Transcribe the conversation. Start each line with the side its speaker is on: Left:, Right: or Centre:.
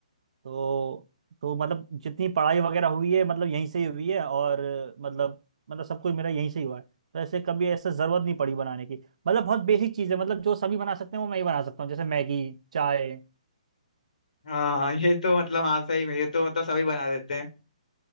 Right: तो तो मतलब जितनी पढ़ाई वगैरह हुई है मतलब यहीं से ही हुई है और मतलब मतलब सब कुछ मेरा यहीं से ही हुआ है तो ऐसे कभी ऐसा जरूरत नहीं पड़ी बनाने की मतलब बहुत बेसिक चीज़ है मतलब जो सभी बना सकते हैं वो मैं ही बना सकता हूँ जैसे मैगी चाय
Left: हाँ ये तो मतलब हाँ सही में ये तो मतलब सभी बना देते हैं